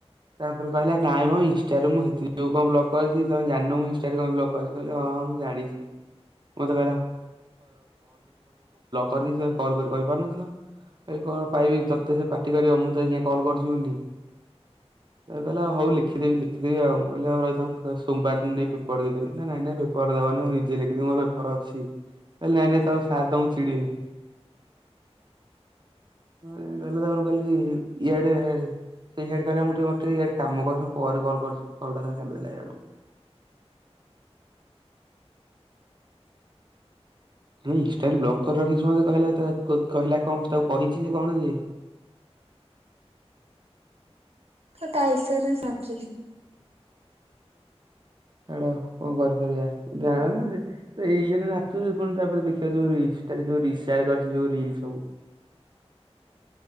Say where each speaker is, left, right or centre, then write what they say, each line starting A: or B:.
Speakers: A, on the right; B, on the right.
A: ତାପରେ କହିଲା ନାଇଁ ମ ଇନ୍ସ୍ତାରେ ରେ ମୁଁ ସେଥି ଯଗୁ କଣ ବ୍ଲକ୍ କରିଛି ତମ ଜାଣିନ ମୁଁ ଇନଷ୍ଟାରେ କଣ ବ୍କ୍କକ କରିବି କହିଲ ହଁ ହଁ ମୁଁ ଜାଣିଛି। <unintelligible> <unintelligible> ବ୍ଲକ୍ କରିଦେଇଥିଲ କଲ୍ କରି କହିପାରୁନଥିଲ। କହିଲି କଣ ପାଇବି ତତେ ସେ ପାଟି କରିବ ମୁଁ ତତେ କାଇଁ କଲ୍ କରୁଚି ବୋଲି। ହେଠୁ କହିଲା ହଉ ଲେଖିଦେବି ଲେଖିଦେବି ଆଉ। ମୁଁ କହିଲି ହଁ ରହିଥା ମୁଁ ସୋମବାର ଦିନ ନେଇ ପେପର୍ ଦେଇଦେବି। ନା ନାଇଁ ନାଇଁ ପେ ପେପର୍ ଦବନି ମୁଁ ନିଜେ ଲେଖିଦେବି ମୋର ପେପର୍ ଅଛି। କହିଲି ନାଇଁ ନାଇଁ ତମ ସାର୍ ତମକୁ ଚିଡିବେ। <unintelligible> ତାକୁ କହିଲି ଇଆଡେ ସେ ହିଆଡେ କହିଲା ମୁଁ ଟିକେ ମୋର ଟିକେ ଇଆଡେ କାମ କରୁଚି ମୁଁ ପରେ କଲ୍ କରୁଚି। କଲ୍ ଟା ତାପରେ କାଟି ଦେଲା ଇଆଡୁ। ନାଇଁ ଇନଷ୍ଟା ରେ ବ୍ଲକ୍ କରି ରଖିଚି ମତେ କହିଲା ତା କହିଲା କଣ ତାକୁ କହିଚି ଯେ କଣ ଯେ।
B: ସେ ତା ଇସାରା ରେ ନାଚୁଚି।
A: ସେଇଡା ଆଉ କଣ କରିପାରିବା। <unintelligible> ତା ଇଏ ରେ ନାଚୁଚି ପୁଣି ତାପରେ ଦେଖିବ ଯୋଉ ଇନଷ୍ଟା ରେ ଯୋଉ ରି ଶେୟାର୍ କରିଚି ଯୋଉ ରିଲ୍ ସବୁ।